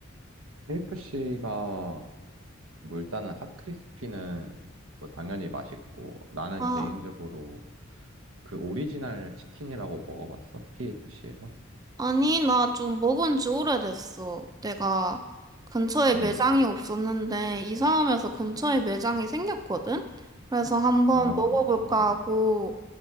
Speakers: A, on the right; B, on the right.
A: KFC가 뭐 일단은 핫크리스피는 뭐 당연히 맛있고 나는
B: 아,
A: 개인적으로 그 오리지널 치킨이라고 먹어봤어? KFC에서?
B: 아니, 나 좀 먹은 지 오래됐어. 내가 근처에
A: 음.
B: 매장이 없었는데, 이사하면서 근처에 매장이 생겼거든? 그래서 한번
A: 아,
B: 먹어볼까 하고,